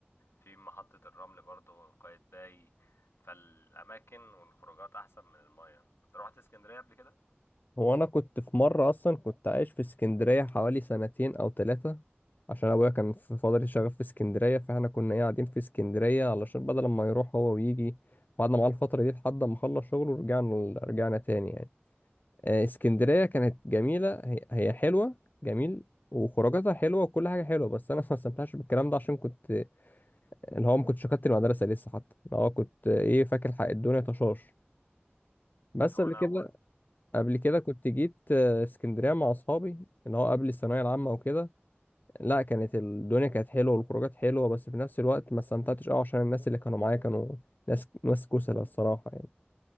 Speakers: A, on the left; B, on the left.
A: في محطة الرمل برضو قايتباي فالأماكن والخروجات أحسن من المية روحت اسكندرية قبل كده
B: هو انا كنت في مرة اصلا كنت عايش في اسكندرية حوالي سنتين او ثلاثة عشان ابويا كان في فترة شغال في اسكندرية فاحنا كنا ايه قاعدين في اسكندرية علشان بدل ما يروح هو ويجي قعدنا معاه الفترة دي لحد ما خلص شغله ورجعنا رجعنا تاني يعني آه، اسكندرية كانت جميلة هي هي حلوة جميل وخروجاتها حلوة وكل حاجة حلوة بس أنا <laughs> ما استمتعتش بالكلام ده عشان كنت اللي هو ما كنتش شكلت المدرسة لسه حتى اللي هو كنت آه، إيه فاكر حق الدنيا طشاش بس
A: هو
B: قبل
A: أنا
B: كده
A: أول
B: قبل كده كنت جيت آه، اسكندرية مع أصحابي اللي هو قبل الثانوية العامة وكده لا كانت الدنيا كانت حلوة والخروجات حلوة بس في نفس الوقت ما استمتعتش أوي عشان الناس اللي كانوا معايا كانوا ناس ناس كسلة الصراحة يعني.